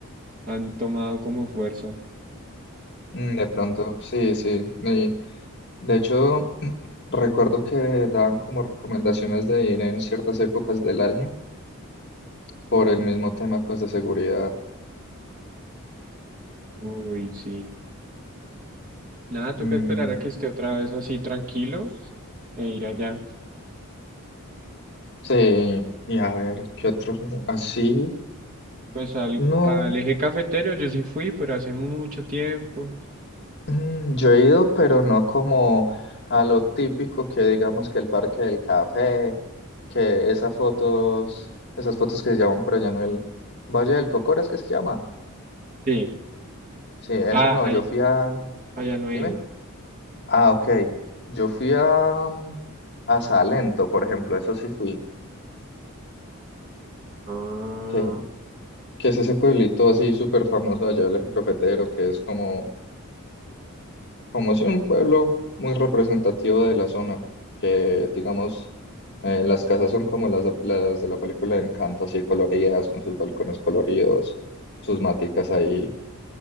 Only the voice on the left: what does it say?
Mm, De pronto, sí, sí. y- De hecho, <clears throat> recuerdo que daban como recomendaciones de ir en ciertas épocas del año por el mismo tema pues de seguridad.
Mm,
sí, y a ver, ¿qué otros? no? Así,
no,
mm, yo he ido, pero no como a lo típico que digamos que el Parque del Café, que esas fotos, esas fotos que se llaman por allá en el Valle del Cocora, ¿es que se llama?
Sí, eso
no,
yo fui a...
Dime.
Ah, ok. Yo fui a, mm, a Salento, por ejemplo, eso sí fui,
que, que es ese pueblito así súper famoso allá del Eje Cafetero, que es como, como si un pueblo muy representativo de la zona, que digamos, eh, las casas son como las, de- las de la película de Encanto, así coloridas, con sus balcones coloridos, sus maticas ahí